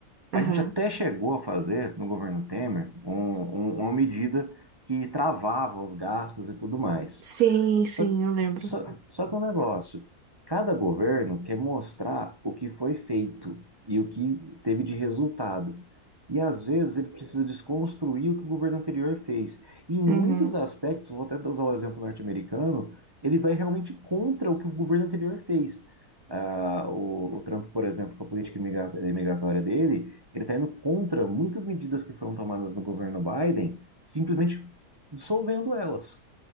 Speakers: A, on the right (about 20°); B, on the right (about 70°).
A: A
B: Aham.
A: gente até chegou a fazer, no governo Temer, um- um- uma medida que travava os gastos e tudo mais.
B: Sim,
A: Só,
B: sim, eu lembro.
A: só, só que o negócio, cada governo quer mostrar o que foi feito e o que teve de resultado. E às vezes ele precisa desconstruir o que o governo anterior fez. E em muitos
B: Uhum,
A: aspectos, vou até usar o exemplo norte-americano, ele vai realmente contra o que o governo anterior fez. Ah, o, o Trump, por exemplo, com a política imigra- imigratória dele, ele está indo contra muitas medidas que foram tomadas no governo Biden, simplesmente dissolvendo elas.